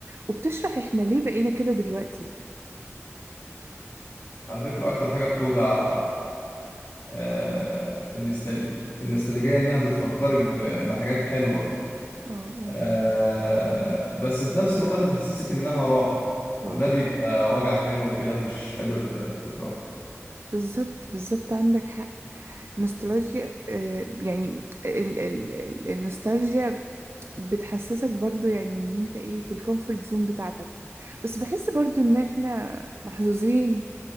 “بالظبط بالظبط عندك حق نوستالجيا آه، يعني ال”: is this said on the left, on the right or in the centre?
Right